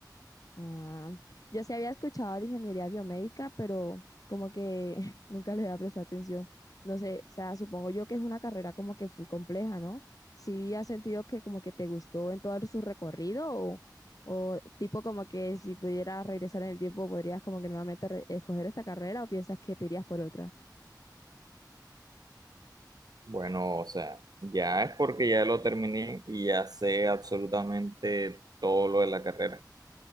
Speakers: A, on the left; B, on the right.
A: Ah, yo sí había escuchado de ingeniería biomédica, pero como que <laughs> nunca le había prestado atención. No sé, o sea, supongo yo que es una carrera como que full compleja, ¿no? ¿Sí has sentido que como que te gustó en todo su recorrido o, o tipo como que si pudieras regresar en el tiempo podrías como que nuevamente re- escoger esta carrera o piensas que te irías por otra?
B: Bueno, o sea, ya es porque ya lo terminé y ya sé absolutamente todo lo de la carrera.